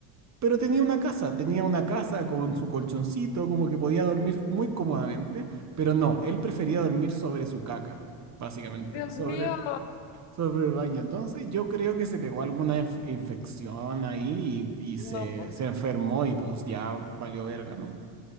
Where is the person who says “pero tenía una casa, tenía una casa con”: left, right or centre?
Right